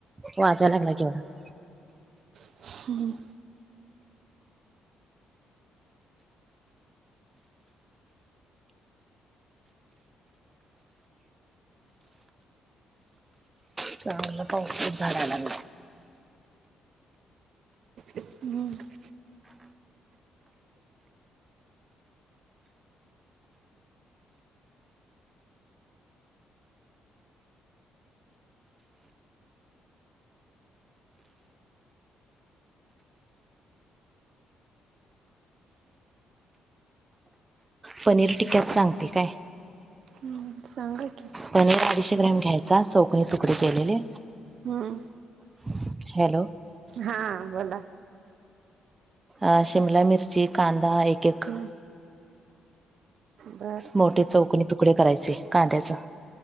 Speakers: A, on the right; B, on the right.
A: वाजयला लागलाय केवढा
B: हूं हम्म
A: चांगलं पाऊस खूप झालाय लागला
B: हम्म -
A: पनीर टिक्क्यात सांगते काय?
B: हम्म सांगा की
A: पनीर अडीचशे ग्रॅम घ्यायचा चौकनी तुकडे केलेले
B: हं
A: <inaudible> हॅलो
B: हा बोला
A: अ शिमला मिरची कांदा एक एक
B: हम्म बर
A: मोठे चौकणी तुकडे करायचे कांद्याच